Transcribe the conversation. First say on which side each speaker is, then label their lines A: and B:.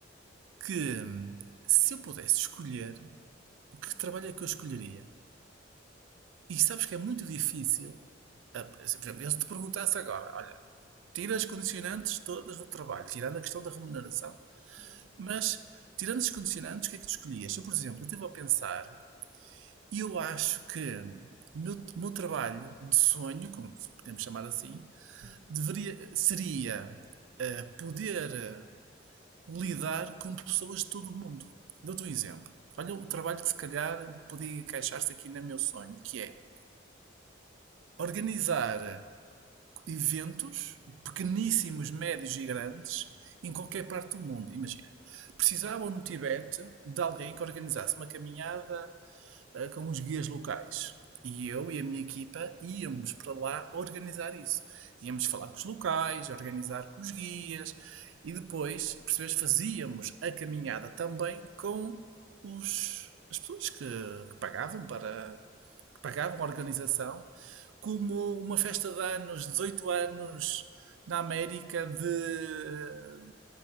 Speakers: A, on the right; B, on the right.
A: que hum, se eu pudesse escolher
B: sim,
A: o que trabalho é que eu escolheria. E sabes que é muito difícil. ah, Por exemplo, eu se te perguntasse agora, olha, tira as condicionantes todas do trabalho, tirando a questão da remuneração,
B: sim,
A: mas tirando as condicionantes, o que é que tu escolhias? Eu, por exemplo, eu estive a pensar e eu acho que o meu, o meu trabalho de sonho, como podemos chamar assim,
B: sim.
A: deveria, seria eh, poder eh, lidar com pessoas de todo o mundo. Dou-te um exemplo. Olha o trabalho que se calhar podia encaixar-se aqui no meu sonho, que é organizar eh, eventos pequeníssimos,
B: Uhum.
A: médios e grandes em qualquer parte do mundo. Imagina, precisavam no Tibete de alguém que organizasse uma caminhada eh, com os guias locais. E eu e a minha equipa íamos para lá organizar isso. Íamos falar com os locais, organizar com os guias e depois, percebes, fazíamos a caminhada
B: Sim,
A: também com os, as pessoas que, que pagavam para que pagavam a organização, como uma festa de anos, 18 anos na América de